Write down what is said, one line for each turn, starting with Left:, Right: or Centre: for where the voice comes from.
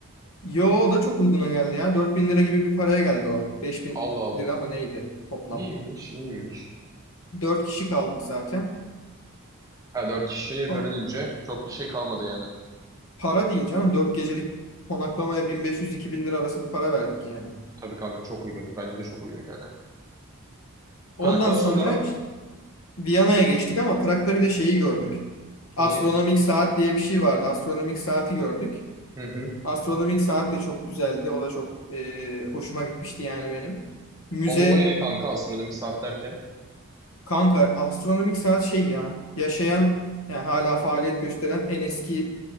Left: Yo o da çok uyguna geldi ya. 4000 lira gibi bir paraya geldi o. Beş bin
Right: Allah Allah.
Left: lira mı neydi toplam.
Right: İyiymiş, iyiymiş.
Left: 4 kişi kaldık zaten.
Right: Ha, 4 kişiye
Left: Ama
Right: bölününce çok bir şey kalmadı yani.
Left: para değil canım. 4 gecelik konaklamaya bin beş yüz iki bin lira arası bir para verdik yani.
Right: Tabii kanka çok uygun. Bence de çok uygun yani.
Left: Ondan
Right: Prag'dan
Left: sonra
Right: sonra
Left: Viyana'ya geçtik ama Prag'da bir de şeyi gördük. Astronomik
Right: iyi.
Left: saat diye bir şey vardı. Astronomik saati gördük.
Right: Hı hı.
Left: Astronomik saat de çok güzeldi. O da çok e, hoşuma gitmişti yani benim. Müze
Right: Onun olayı ne kanka astronomi saat derken?
Left: Kanka astronomik saat şey ya yaşayan yani hala faaliyet gösteren en eski